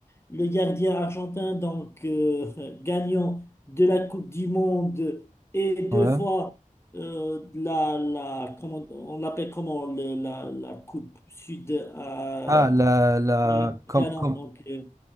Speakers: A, on the left; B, on the right.
A: le gardien argentin, donc euh, <laughs> gagnant de la Coupe du Monde et deux
B: Ouais.
A: fois euh, la, la comment, on l'appelle comment le- la, la Coupe Sud euh,
B: Ah, la, la,
A: américaine.
B: com, com,
A: Donc euh,